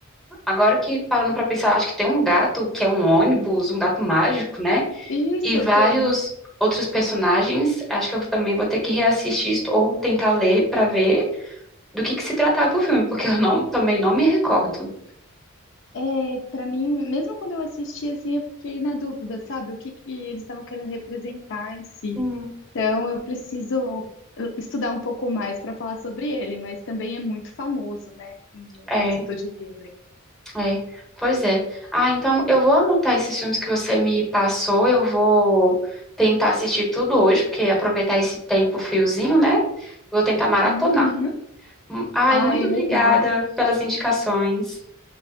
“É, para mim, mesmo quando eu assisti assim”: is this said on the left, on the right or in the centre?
Left